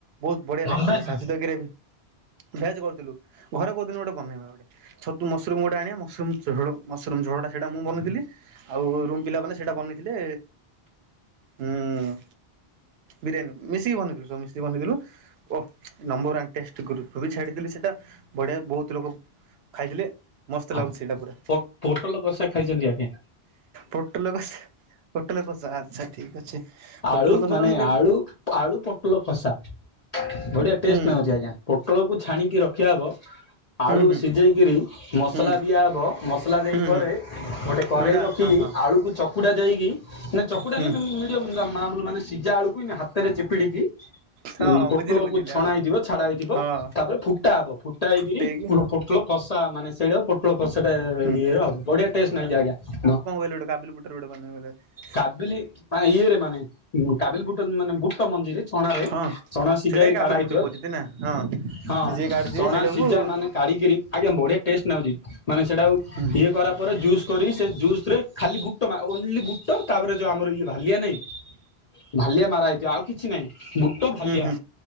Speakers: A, on the right; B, on the left.
A: ବହୁତ୍ ବଢ଼ିଆ
B: ନନଭେଜ୍
A: ଲାଗିଥିଲା,
B: ନା?
A: ତା ସହିତ ଗ୍ରେଭ୍ ଭେଜ୍ କରିଥିଲୁ, ଘରେ କୋଉଦିନ ଗୋଟେ ବନେଇବା। ଛତୁ ମସରୁମ୍ ଗୋଟେ ଆଣିଆ, ମସରୁମ୍ ଝୋଳ ମସରୁମ୍ ଝୋଳଟା ସେଇଟା ମୁଁ ବନେଇ ଥିଲି ଆଉ ରୁମ୍ ପିଲା ମାନେ ସେଇଟା ବନେଇଥିଲେ ହୁଁ। ବିରିୟାନୀ ମିଶିକି ବନେଇଥିଲୁ ସବୁ ମିଶିକି ବନେଇଥିଲୁ। ଓହ ନମ୍ୱର୍ ୱାନ୍ ଟେଷ୍ଟ ଗ୍ରୁପ୍ ରେ ବି ଛାଡିଦେଲି ସେଟା ବଢିଆ ବହୁତ୍ ଲୋକ ଖାଇଥିଲେ, ମସ୍ତ
B: ଆଉ
A: ଲାଗୁଚି ସେଇଟା ପୁରା।
B: ପୋ ପୋଟଲ କଷା ଖାଇଛନ୍ତି ଆଜ୍ଞା?
A: ପୋଟଲ କଷା ପୋଟଲ କଷା ଆଚ୍ଛା ଠିକ୍ ଅଛି। ପୋଟଲ
B: ଆଳୁ
A: କଷା
B: ମାନେ
A: ତ ମୁଁ କେବେ
B: ଆଳୁ-ଆଳୁ ପୋଟଲ କଷା ବଢିଆ ଟେଷ୍ଟ
A: ହୁଁ
B: ନାଗୁଚି ଆଜ୍ଞା। ପୋଟଳକୁ ଛାଣିକି ରଖିଆହବ, ଆଳୁ
A: ହୁଁ ହୁଁ
B: ସିଜେଇକିରି ମସଲା
A: ହୁଁ
B: ଦିଆହବ, ମସଲା ଦେଇପରେ
A: ହୁଁ
B: ଗୋଟେ କରେଇ
A: ହୁଁ ଏଇଟା
B: ରଖିକି
A: ହଁ ହଁ
B: ଆଳୁକୁ ଚ କୁଟା ଯାଇକି ମାନେ ଚକୁଡା
A: ହୁଁ
B: ନାଇଁ ମିଡିଅମ୍ ମାନେ ସିଜା ଆଳୁକୁ ହାତେରେ ଚିପିଡିକି
A: ହଁ
B: ଉ
A: ହଁ
B: ପୋଟଳ
A: ବୁଝିଲି ବୁଝିଲି
B: କୁ ଛଣା
A: ହଁ।
B: ହେଇଥିବ ଛାଡ଼ା ହେଇଥିବ,
A: ହଁ
B: ତାପରେ ଫୁଟା ହବ ଫୁଟା ହେଇକିରି
A: ଫୁଟେଇକି
B: ପୋଟଳ କଷା ମାନେ ସେଇଟା ପୋଟଳ କଷା ଟା
A: ହୁଁ
B: ଇଏରେ ହବ, ବଢିଆ ଟେଷ୍ଟ ନାଗେ ଆଜ୍ଞା।
A: <unintelligible> କାବୁଲି ବୋଟ <inaudible>
B: କାବିଲି ଇଏରେ ମାନେ କାବିଲ୍ ବୁଟ ମାନେ ବୁଟ ମଞ୍ଜିରେ ଛଣାରେ
A: ହଁ।
B: ଚଣା ସିଜା
A: ସେଇଟା
B: ହେଇକି
A: ହିଁ କାବୁଲି
B: କାଢା ହେଇଥିବ,
A: ବୁଟ କହୁଛନ୍ତି ନା ହଁ
B: ହଁ
A: ସେ ଯିଏ କାଟିଥିବେ
B: ଚଣା
A: ସେଇଟାକୁ
B: ସିଜା
A: ହୁଁ
B: ମାନେ କାଢ଼ିକିରି ଆଜ୍ଞା ବଢ଼ିଆ ଟେଷ୍ଟେ ନାଗୁଚି ମାନେ ସେଇଟା ଆଉ
A: ହୁଁ।
B: ଇଏ କରାପରେ ଜୁସ୍ କରି ସେ ଜୁସ୍ ରେ ଖାଲି ବୁଟ ଓନ୍ଲି ବୁଟ ତାପରେ ଯେଉଁ ଆମର ଇଏ ଭାଲିଆ ନାହିଁ ଭାଲିଆ ମାରା ହେଇଥିବ ଆଉ କିଛି ନାହିଁ। ବୁଟ ଭାଲିଆ
A: ହୁଁ